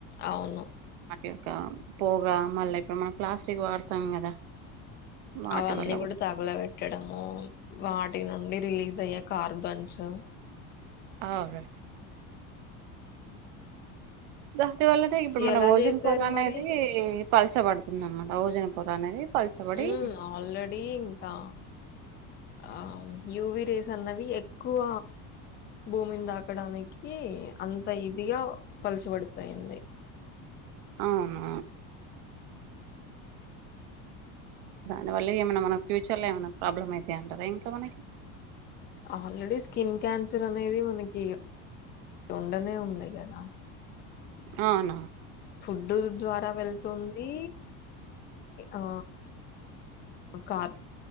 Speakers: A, on the left; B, on the right.
A: అవును
B: యొక్క పొగ మళ్ళా ఇప్పుడు మనం ప్లాస్టిక్ వాడతాం కదా వాటి
A: అవన్నీ
B: వల్ల
A: కూడా తగల పెట్టడము వాటి వీటి నుండి రిలీజ్ అయ్యే కార్బన్స్
B: ఆవే దాని వల్లనే ఇప్పుడు మన
A: ఎలా
B: ఓజోన్
A: చేశారు
B: పొర అనేది
A: మరి?
B: పలచ బడుతుంది అన్నమాట ఓజన పొర అనేది పలచబడి
A: హ్మ్ ఆల్రెడి ఇంకా ఆ యూవి రేస్ అన్నవి ఎక్కువ భూమిని తాకడానికి కి అంత ఇదిగా పలచబడిపోయింది
B: అవును దాని వల్ల ఏమైనా మన ఫ్యూచర్ లో ఏమైనా ప్రాబ్లమ్ అవుతాయ అంటారా ఇంకా మనకి
A: ఆల్రెడీ స్కిన్ క్యాన్సర్ అనేది మనకి ఉండనే ఉందిగాద
B: అవునా
A: ఫుడ్డు ద్వారా వెళ్తుంది ఆ కార్